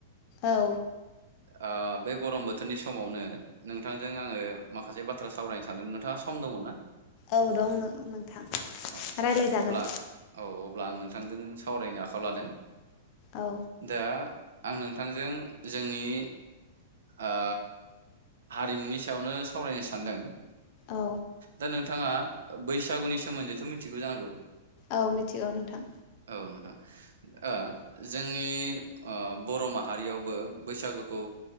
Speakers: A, on the left; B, on the right.
A: औ।
B: ओ बे गरम बोथोरनि समावनो नोंथांजों आङो माखासे बाथ्रा सावरायनो सानदोंमोन नोंथाङा सम दङ ना?
A: औ दं नोंथां।
B: औ
A: रायलायजागोन
B: अब्ला औ अब्ला आं नोंथांजों सावरायनो आखायाव लादों
A: औ
B: दा आं नोंथांजों जोंनि ओ हारिमुनि सायावनो सावरायनो सानदों
A: औ
B: दा नों बिथाङा ओब बैसागुनि सोमोन्दैथ' मिथिगौ जानांगौ
A: औ मिथिगौ नोंथां
B: औ नोंथां। ओ जोंनि ओ बर' माहारियावबो बैसागुखौ